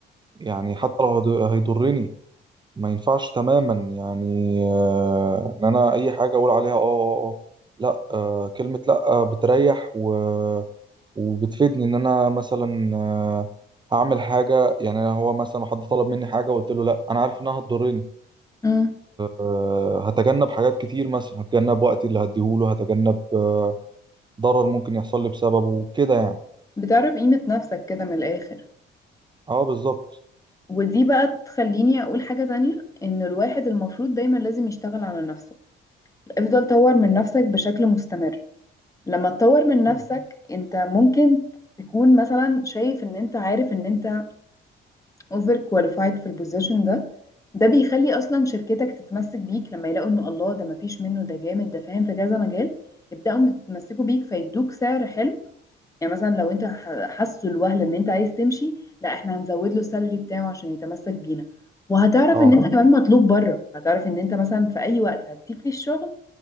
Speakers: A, on the right (about 20°); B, on the left (about 15°).
A: يعني حتى لو هيض- هيضرني ما ينفعش تماما يعني آه إن أنا أي حاجة أقول عليها آه آه آه لأ آه كلمة لأ بتريح و وبتفيدني إن أنا مثلا آه، أعمل حاجة يعني أنا هو مثلا حد طلب مني حاجة وقلت له لأ أنا عارف إنها هتضرني
B: بريك
A: آه، هتجنب حاجات كتير مثلا هتجنب وقتي اللي هديهوله هتجنب آه، ضرر ممكن يحصل لي بسببه كده يعني
B: بتعرف قيمة نفسك كده من الآخر
A: اه بالظبط
B: ودي بقى تخليني أقول حاجة تانية إن الواحد المفروض دايما لازم يشتغل على نفسه افضل طور من نفسك بشكل مستمر لما تطور من نفسك
A: أكيد.
B: انت ممكن تكون مثلا شايف ان انت عارف ان انت اوفر كواليفايد في البوزيشن ده ده بيخلي اصلا شركتك تتمسك بيك لما يلاقوا ان الله ده مفيش منه ده جامد ده فاهم في كذا مجال يبدأوا يتمسكوا بيك فيدوك سعر حلو يعني مثلا لو انت ح- حاسه الوهله ان انت عايز تمشي لا احنا هنزود له السالري بتاعه عشان يتمسك بينا وهتعرف
A: اه
B: ان انت كمان مطلوب بره هتعرف ان انت مثلا في اي وقت هتسيب فيه الشغل